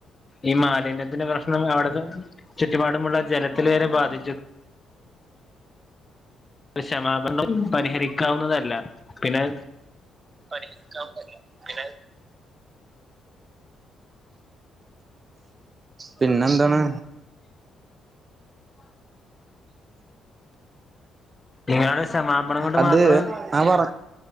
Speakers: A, on the left; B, on the right.
A: ഈ മാലിന്യത്തിന്റെ പ്രശ്നം അവിടത്തെ ചുറ്റുപാടുമുള്ള ജലത്തിൽ വരെ ബാധിച്ചു ക്ഷമാപരണംം പരിഹരിക്കാവുന്നതല്ല പിന്നെ
B: പണിയെക്കാവ <unintelligible> ത പിന്നെ പിന്നെ എന്താണ്
A: ഇയാളുടെ ക്ഷമാപണംം കൊണ്ട്
B: അത്
A: മാത്രം
B: ഞാൻ പറ